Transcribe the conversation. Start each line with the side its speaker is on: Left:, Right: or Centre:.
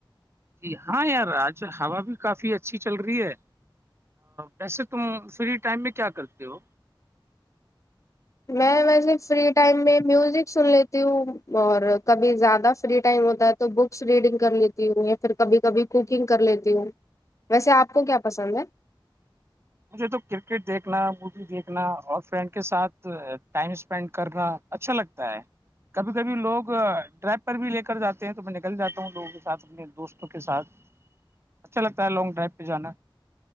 Right: جی ہاں یار آج ہوا بھی کافی اچھی چل رہی ہے ویسے تم فری ٹائم میں کیا کرتے ہو
Left: میں ویسے فری ٹائم میں میوزک سن لیتی ہوں اور کبھی زیادہ فری ٹائم ہوتا تو بکس ریڈنگ کر لیتی ہوں یا پھر کبھی کبھی کوکنگ کر لیتی ہوں ویسے آپ کو کیا پسند ہے
Right: مجھے تو کرکٹ دیکھنا مووی دیکھنا اور فرینڈ کے ساتھ ٹائم اسین کرنا اچھا لگتا ہے کبھی کبھی لوگ ڈرریب پر بھی لے کر جاتے ہیں تو میں نکل جاتا ہوں لوگوں کے ساتھ اپنے دوستوں کے ساتھ
Left: <inaudible>
Right: چلتا ہے لانگ ڈرائی پہ جانا